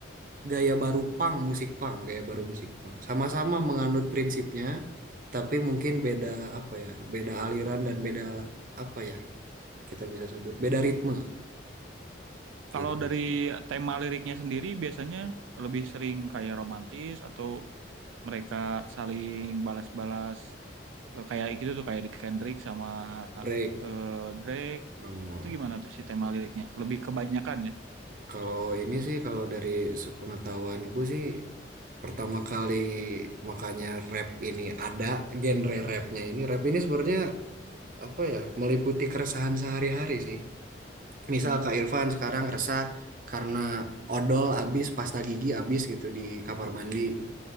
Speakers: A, on the right (about 45°); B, on the right (about 90°).
A: gaya baru punk, musik punk, gaya baru musik punk. Sama-sama menganut prinsipnya, tapi mungkin beda apa ya, beda aliran dan beda apa ya, kita bisa sebut beda ritme
B: Kalau
A: gitu.
B: dari tema liriknya sendiri biasanya lebih sering kayak romantis atau mereka saling balas-balas eh, kayak gitu tuh kayak di Kendrick sama
A: Break.
B: eh, Drake
A: Oh,
B: itu gimana tuh si tema liriknya lebih kebanyakan ya
A: kalau ini sih kalau dari sepengetahuanku sih pertama kali makanya rap ini ada genre rapnya ini rap ini sebenarnya apa ya meliputi keresahan sehari-hari sih Misal
B: hmm.
A: Kak Irfan sekarang resah karena odol habis, pasta gigi habis gitu di kamar mandi.